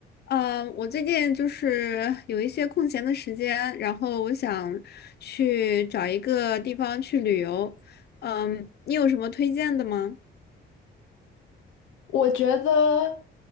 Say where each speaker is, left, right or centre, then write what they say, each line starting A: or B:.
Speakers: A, on the left (about 55°); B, on the left (about 80°).
A: 呃，我最近就是有一些空闲的时间，然后我想去找一个地方去旅游。嗯，你有什么推荐的吗？
B: 我觉得